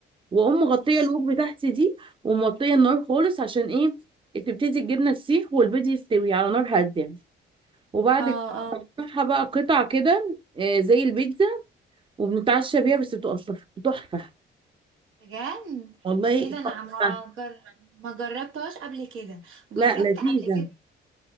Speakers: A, on the right; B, on the right.
A: واقوم مغطيه
B: ماشي
A: الوك بتاعتي دي وموطيه النار خالص عشان ايه تبتدي الجبنه تسيح والبيض يستوي على نار هاديه وبعد
B: اه
A: كده بقطعها بقى قطع كده آه، زي البيتزا وبنتعشى بيها بس بتبقى تحفه تحفة.
B: بجد
A: والله
B: ايه ده انا
A: تحفة.
B: والله ما جر... ما جربتهاش قبل كده جربت
A: لا لذيذة
B: قبل بصي كده